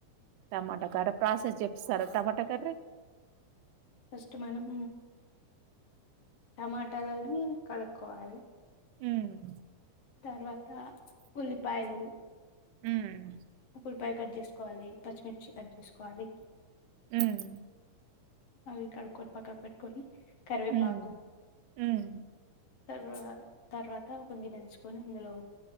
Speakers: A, on the right (about 85°); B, on the left (about 60°).
A: టమాటా కర్ర ప్రాసెస్ చేపిస్తారా టమాటా కర్రీ
B: ఫస్ట్ మనం టమాటాలని కడుక్కోవాలి
A: ఉమ్
B: తర్వాత ఉల్లిపాయలు
A: ఉమ్
B: ఒక ఉల్లిపాయ కట్ చేసుకోవాలి పచ్చిమిర్చి కట్ చేసుకోవాలి
A: ఉమ్
B: అవి కడుక్కొని పక్కక పెట్టుకొని కరివేపాకు
A: ఉమ్ ఉమ్
B: తర్వా తర్వాత ఒక గిన్నె తీసుకొని అందులో